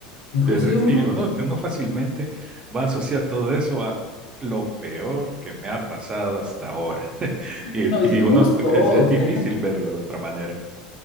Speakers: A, on the left; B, on the right.
A: Inclusive
B: Entonces,
A: uno,
B: y uno, uno fácilmente va a asociar todo eso a lo peor que me ha pasado hasta ahora. <laughs> Y,
A: no, dices,
B: y uno
A: justo
B: es,
A: hoy.
B: es difícil
A: <laughs>
B: verlo de otra manera.